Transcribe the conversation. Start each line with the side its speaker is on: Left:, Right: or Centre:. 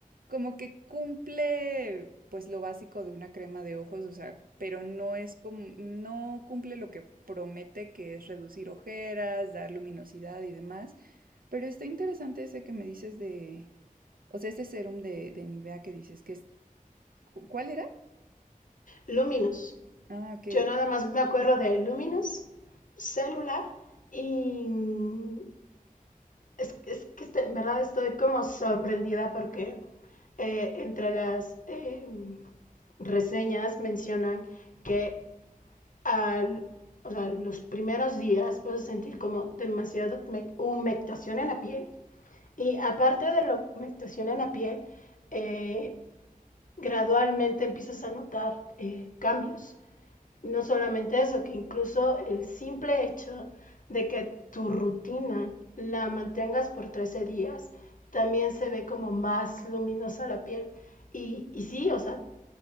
Right: como que cumple pues lo básico de una crema de ojos, o sea, pero no es como, no cumple lo que promete que es reducir ojeras, dar luminosidad y demás. Pero está interesante ese que me dices de, o sea, ese serum de, de Nivea que dices que es, ¿cu- ¿cuál era?
Left: Luminous.
Right: Ah, ok.
Left: Yo nada más me acuerdo de Luminous, celular y mm, es, es que este, en verdad estoy como sorprendida porque eh, entre las eh, reseñas mencionan que al, o sea, los primeros días vas a sentir como demasiada humectación en la piel. Y aparte de la humectación en la piel, eh, gradualmente empiezas a notar eh, cambios. No solamente eso, que incluso el simple hecho de que tu rutina la mantengas por 13 días, también se ve como más luminosa la piel. Y, y sí, o sea,